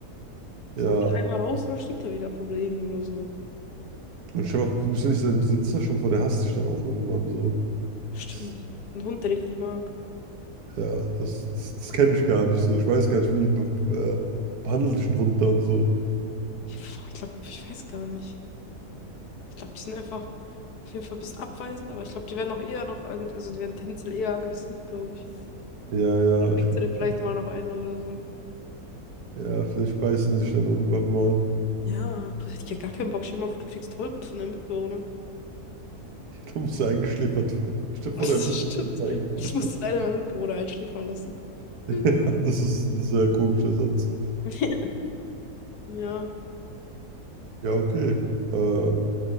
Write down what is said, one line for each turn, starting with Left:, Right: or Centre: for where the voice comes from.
Right: ja.
Left: So geht einmal raus und dann stinkt er wieder vom Regen oder so.
Right: Und stell dir mal, du bist ja nicht sein Besitzer, schon vor, der hasst dich dann auch irgendwann so.
Left: Stimmt.
Right: Das,
Left: Ein Hund, den ich nicht mag.
Right: ja, das, das, das kenne ich gar nicht so. Ich weiß gar nicht, wie be- äh, behandelt dich ein Hund dann so.
Left: Ich, ich glaube, ich weiß gar nicht. Ich glaube, die sind einfach auf jeden Fall ein bisschen abweisend, aber ich glaube, die werden auch eher noch, agg- also die werden tendenziell eher aggressiv, glaube ich.
Right: Ja,
Left: Dann
Right: ja,
Left: kriegst
Right: ich glaube,
Left: du dir vielleicht mal noch eine oder so.
Right: ja, vielleicht beißen sich dann irgendwann mal.
Left: Ja, das hätte ich ja gar keinen Bock. Stell dir mal vor, du kriegst Tollwut von deinem Mitbewohner. <laughs>
Right: Da muss er eingeschläfert werden. <laughs> Stefan,
Left: Das
Right: der Mittelmeer
Left: stimmt.
Right: ist eingeschläfert.
Left: Ich musste
Right: <laughs>
Left: leider meinen Mitbewohner einschläfern lassen. Hm.
Right: Ja, das ist ein sehr komischer Satz.
Left: <laughs> Ja,
Right: Ja, okay. Ähm,